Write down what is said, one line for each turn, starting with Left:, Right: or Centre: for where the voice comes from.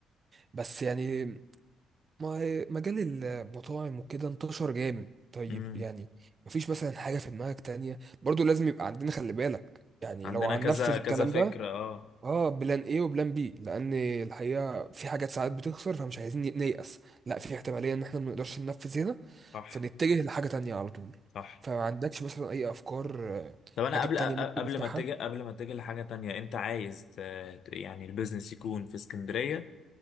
Right: بس يعني ما- مجال المطاعم وكده انتشر جامد طيب
Left: امم
Right: يعني مفيش مثلا حاجة في دماغك تانية برضو لازم يبقى عندنا خلي بالك يعني
Left: عندنا
Right: لو هننفذ
Left: كذا
Right: الكلام
Left: كذا فكرة
Right: ده
Left: اه
Right: اه بلان ايه وبلان بي لان الحقيقه في حاجات ساعات بتخسر فمش عايزين نيأس لا في احتماليه ان احنا ما نقدرش ننفذ هنا
Left: صح
Right: فنتجه لحاجه تانية على طول
Left: صح
Right: فما عندكش مثلا اي افكار آه،
Left: طب انا
Right: حاجات
Left: قبل أ-
Right: تانية ممكن
Left: قبل
Right: نفتحها
Left: ما اتجه قبل ما اتجه لحاجة تانية انت عايز ت- يعني البيزنس يكون في اسكندرية